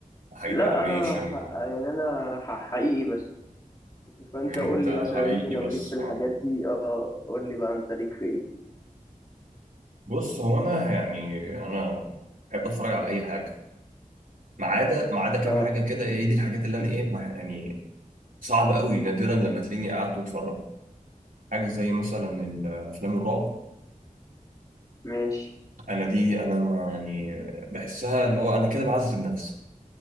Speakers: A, on the right; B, on the left.
A: حاجات
B: لا
A: انيميشن
B: انا ح- يعني انا ح- حقيقي بس فانت
A: انت
B: قول لي مثلا
A: حقيقي
B: انت لو
A: بس
B: ليك في الحاجات
A: اه
B: دي اه قول لي بقى انت ليك في ايه
A: بص هو انا يعني انا بحب اتفرج على اي حاجة ما عدا ما عدا كام
B: اه
A: حاجة كده ايه دي الحاجات اللي انا ايه ما- يعني صعب قوي نادرا لما تلاقيني قعدت واتفرجت حاجة زي مثلا الافلام الرعب
B: ماشي
A: انا دي انا ما يعني بحسها اللي هو انا كده بعذب نفسي